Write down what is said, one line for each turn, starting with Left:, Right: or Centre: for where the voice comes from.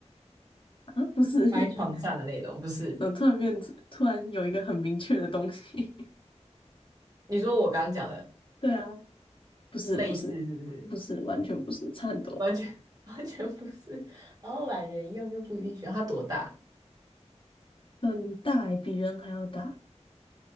Left: <laughs> 啊，不是，<laughs>
Right: 放在床上的那种，不是？
Left: 怎么突然变，突然有一个很明确的东西？
Right: 你说我刚刚讲的
Left: <laughs> 对啊，不是，
Right: 类似是不是？
Left: 不是，不是，完全不是，差很多，
Right: 完全 <laughs> 完全不是。然后懒人用又不一定需要，它多大？
Left: 很大欸，比人还要大，